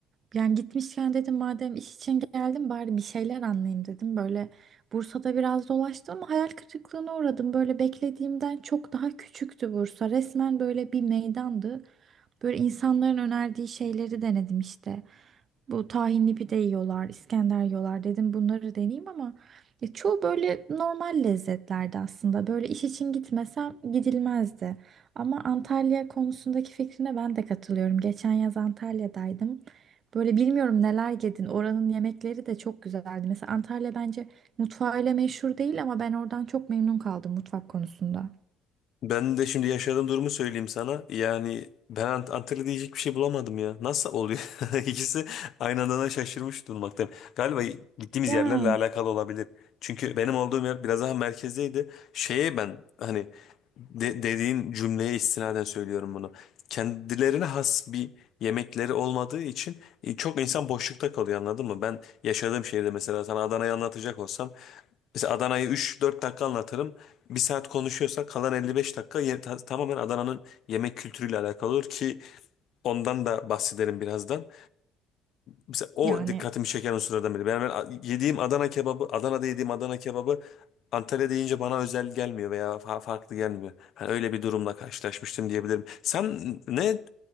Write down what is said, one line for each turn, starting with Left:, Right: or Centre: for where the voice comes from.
Right: Yani gitmişken dedim madem iş için geldim bari bir şeyler anlayayım dedim. Böyle Bursa'da biraz dolaştım ama hayal kırıklığına uğradım. Böyle beklediğimden çok daha küçüktü Bursa. Resmen böyle bir meydandı. Böyle insanların önerdiği şeyleri denedim işte. Bu tahinli pide yiyorlar, İskender yiyorlar dedim bunları deneyeyim ama ya çoğu böyle normal lezzetlerdi aslında. Böyle iş için gitmesem gidilmezdi. Ama Antalya konusundaki fikrine ben de katılıyorum. Geçen yaz Antalya'daydım. Böyle bilmiyorum neler yedin. Oranın yemekleri de çok güzeldi. Mesela Antalya bence mutfağı mutfağıyla meşhur değil ama ben oradan çok memnun kaldım mutfak konusunda.
Left: Ben de şimdi yaşadığım durumu söyleyeyim sana. Yani ben Ant- Antalya diyecek bir şey bulamadım ya. Nasıl oluyor? <laughs> İkisi aynı anda şaşırmış durmaktayım. Galiba gittiğimiz
Right: Ya
Left: yerlerle alakalı olabilir. Çünkü benim olduğum yer biraz daha merkezdeydi. Şeye ben hani de- dediğin cümleye istinaden söylüyorum bunu. Kendilerine has bir yemekleri olmadığı için e, çok insan boşlukta kalıyor anladın mı? Ben yaşadığım şehirde mesela sana Adana'yı anlatacak olsam Mesela Adana'yı üç dört dakika anlatırım. Bir saat konuşuyorsa kalan 55 dakika ye- ta- tamamen Adana'nın yemek kültürüyle alakalı olur ki ondan da bahsederim birazdan. Mesela o
Right: yani
Left: dikkatimi çeken unsurlardan biri. Ben, ben a- yediğim Adana kebabı, Adana'da yediğim Adana kebabı Antalya'da yiyince bana özel gelmiyor veya fa- farklı gelmiyor. Hani öyle bir durumla karşılaşmıştım diyebilirim. Sen ne